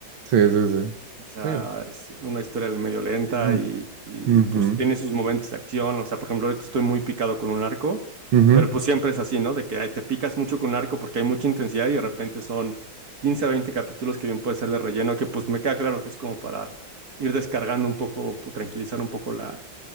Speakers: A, on the right (about 75°); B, on the right (about 50°).
A: Sí, sí, sí.
B: O sea,
A: Sí.
B: es una historia medio lenta
A: Mm,
B: y, y,
A: ujú,
B: pues, tiene sus momentos de acción. O sea, por ejemplo, ahorita estoy muy picado con un arco,
A: ujú.
B: pero pues siempre es así, ¿no? De que ay, te picas mucho con un arco porque hay mucha intensidad y de repente son 15 a 20 capítulos que bien puede ser de relleno, que pues me queda claro que es como para ir descargando un poco, pues, tranquilizar un poco la